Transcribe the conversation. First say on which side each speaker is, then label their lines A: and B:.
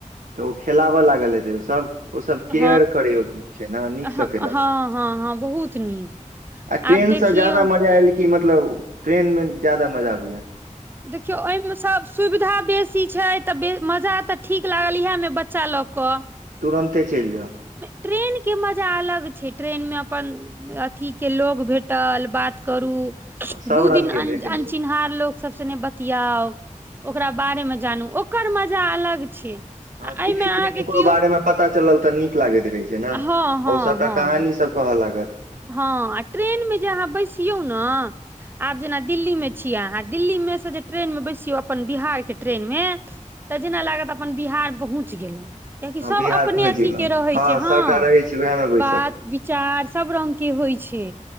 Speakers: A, on the right; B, on the right.
A: तऽ ओ खेलाब लागल हेतै ओ सभ ओ सब
B: हँ
A: केयर करै छै न निक
B: हँ
A: से केलक
B: हँ हँ हँ बहुत नीक
A: आ ट्रेनसँ
B: आब देखियौ
A: ज्यादा मजा आयल कि मतलब ट्रेनमे ज्यादा मजा अबैए
B: देखियौ एहिमे सभ सुविधा बेसी छै तऽ बे मजा तऽ ठीक लागल इएहमे बच्चा लक पक
A: तुरन्ते चलि जाउ
B: ट्रेने के मजा अलग छै ट्रेन मे अपन अथीके लोग भेटल बात करू
A: सब
B: दू
A: रंग
B: दिन अ
A: के भेटै छै
B: अनछिनहार लोक सब से ने बतियाउ ओकरा बारे मे जानू ओकर मजा अलग छै
A: हँ
B: आ
A: धीरे
B: एहिमे
A: धीरे
B: अहाँके
A: ककरो
B: केओ
A: बारे मे पता चलल तऽ नीक लागैत रहै छै ने
B: हँ हँ
A: ओ सबटा
B: हँ
A: कहानी सब कहऽ लागत
B: हँ आ ट्रेनमे जे अहाँ बैसियौ न आब जेना दिल्लीमे छियै अहाँ दिल्लीमे मे से जे ट्रेन मे बैसियौ अपन बिहार के ट्रेन मे तऽ जेना लागत अपन बिहार पहुँच गेलौं कियकि
A: हँ
B: सब
A: बिहार
B: अपने
A: पहुँच
B: अथी
A: गेलहुँ
B: के रहै छै हँ
A: सभटा रहै छी उएह मे बैसल
B: बात विचार सब रंग के होइ छै